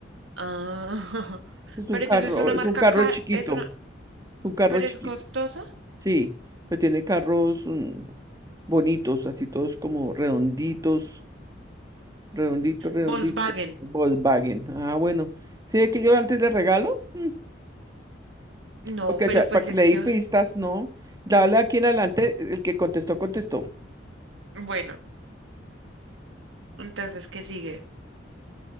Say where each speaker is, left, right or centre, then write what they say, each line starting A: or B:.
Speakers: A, on the right (about 80°); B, on the right (about 20°).
A: Ah, <laughs>
B: Es un
A: pero
B: carro,
A: entonces es una
B: es
A: marca
B: un carro
A: cara,
B: chiquito,
A: es una,
B: un carro
A: pero
B: chiquito.
A: es costosa.
B: Sí, pero tiene carros mm, bonitos, así todos como redonditos, Redondito, redondito.
A: Volkswagen.
B: Volkswagen. Ah, bueno. Sí, es que yo antes le regalo, mm,
A: No,
B: porque
A: pero
B: o sea,
A: pues
B: para que
A: es
B: le
A: que,
B: di pistas, no. Dale aquí en adelante, el que contestó, contestó.
A: bueno, entonces, ¿qué sigue?